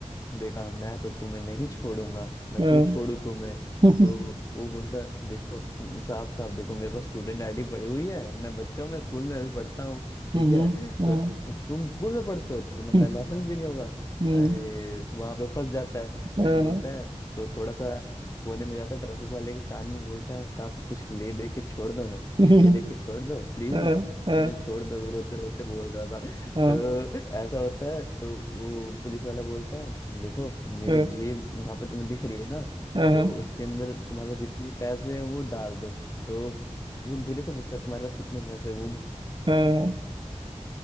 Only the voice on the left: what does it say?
बेटा मैं तो तुम्हें नहीं छोड़ूंगा मैं
क्यों छोड़ू तुम्हें
तो
वो बोलता है देखो साहब साहब देखो मेरे पास स्टूडेंट आईडी पड़ी हुई है मैं बच्चा हूँ मैं स्कूल में अभी पढ़ता हूँ ठीक
है
तो तुम स्कूल में पढ़ते हो तो
तुम्हारा
लाइसेंस भी नहीं होगा
अरे वहां पे फंस जाता है
फिर बोलता है तो थोड़ा सा कोने में जाता है ट्रैफिक वाले के कान में बोलता है साहब कुछ ले दे के छोड़ दो ना
कुछ ले दे के छोड़ दो प्लीज
ना
मुझे छोड़ दो वो रोते रोते बोल रहा था
तो ऐसा होता है तो वो पुलिस वाला बोलता है देखो मेरी
जेब वहां पे तुम्हें दिख रही है ना
तो
उसके अंदर तुम्हारे पास जितने पैसे हैं वो डाल दो तो वो धीरे से पूछता है तुम्हारे पास कितने पैसे हैं?" वो